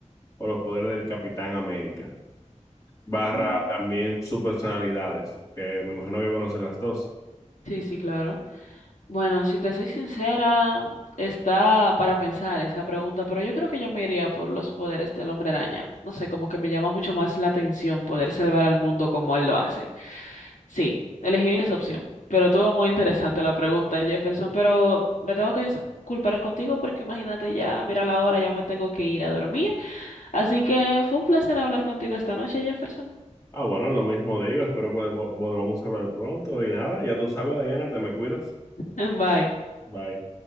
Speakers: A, on the left; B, on the left.
A: o los poderes del Capitán América, barra
B: Mm,
A: también sus personalidades, que me imagino que conocen las dos.
B: Sí, sí, claro. Bueno, si te soy sincera, está para pensar esa pregunta, pero yo creo que yo me iría por los poderes del hombre araña. No sé, como que me llama mucho más la atención poder salvar al mundo como él lo hace. Sí, elegiría esa opción. Pero todo muy interesante la pregunta, Jefferson, pero me tengo que disculpar contigo porque imagínate ya, mira la hora, ya me tengo que ir a dormir. Así que fue un placer hablar contigo esta noche, Jefferson.
A: Ah, bueno, lo mismo digo, espero pod- pod- podamos hablar pronto y nada, ya tú sabes, Diana, te me cuidas.
B: <laughs> Bye.
A: Bye.